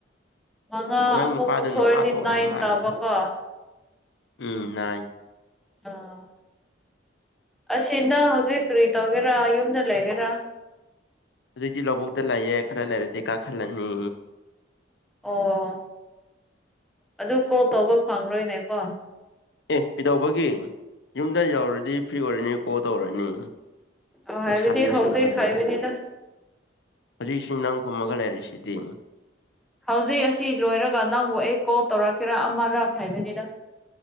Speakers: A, in the centre; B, on the left (about 65°).
A: ꯃꯉꯥ
B: ꯅꯪ
A: ꯑꯃꯨꯛ
B: ꯅꯨꯄꯥꯗ
A: ꯄꯨꯊꯣꯛꯑꯗꯤ
B: ꯅꯨꯄꯥ ꯊꯣꯛꯇꯕ
A: ꯅꯥꯏꯟ
B: ꯃꯥꯜꯂꯦꯗ
A: ꯇꯥꯕꯀꯣ
B: ꯎꯝ ꯅꯥꯏ
A: ꯑꯥ ꯑꯁꯤꯗ ꯍꯧꯖꯤꯛ ꯀꯔꯤ ꯇꯧꯒꯦꯔꯥ ꯌꯨꯝꯗ ꯂꯩꯒꯦꯔꯥ
B: ꯍꯧꯖꯤꯛꯇꯤ ꯂꯧꯕꯨꯛꯇ ꯂꯩꯌꯦ ꯈꯔ ꯂꯩꯔꯗꯤ ꯀꯥꯈꯠꯂꯅꯤ
A: ꯑꯣ ꯑꯗꯨ ꯀꯣꯜ ꯇꯧꯕ ꯐꯪꯔꯣꯏꯅꯦꯀꯣ
B: ꯑꯦ ꯀꯩꯗꯧꯕꯒꯤ ꯌꯨꯝꯗ ꯌꯧꯔꯗꯤ ꯐ꯭ꯔꯤ ꯑꯣꯏꯔꯅꯤ ꯀꯣꯜ ꯇꯧꯔꯅꯤ
A: ꯑꯥ ꯍꯥꯏꯕꯗꯤ
B: ꯂꯩꯁꯥꯕꯤꯕꯨ
A: ꯍꯧꯖꯤꯛ
B: ꯁꯥꯟꯅꯔꯅꯤ
A: ꯍꯥꯏꯕꯅꯤꯗ
B: ꯍꯧꯖꯤꯛꯁꯤ ꯅꯪ ꯍꯨꯝꯃꯒꯥ ꯂꯩꯔꯤꯁꯤꯗꯤ
A: ꯍꯧꯖꯤꯛ ꯑꯁꯤ ꯂꯣꯏꯔꯒ ꯅꯪꯕꯨ ꯑꯩꯀꯣꯜ ꯇꯧꯔꯛꯀꯦꯔꯥ ꯑꯃꯔꯥꯥꯛ ꯍꯥꯏꯕꯅꯤꯗ <inaudible>